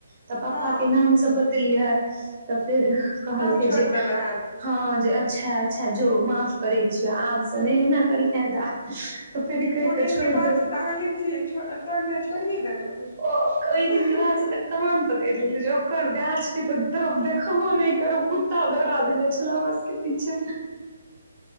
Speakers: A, on the right; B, on the left.
A: तऽ पपा
B: हँ
A: केँ नामसभ बतेलियै तऽ फेर कहलकै
B: तब छोड़ि
A: जे
B: देले हैत
A: हँ जे अच्छऽ अच्छऽ जो माफ करै छियो आब सँ नय एना करिहे दाइ तऽ फेर ई कहि
B: ओ
A: केऽ
B: दिन
A: छोइड़
B: के बाद
A: देल
B: से तऽ अहाँ लीची छोर तोड़नाइ छोड़िये देने हेबै
A: ओ ओहि दिन के बाद से कान पकैरऽ लेली जे ओकर गाछ केँ तऽ तरप देखबो नय करब कु ता दैरा दने छलै हमरा सब केँ पीछे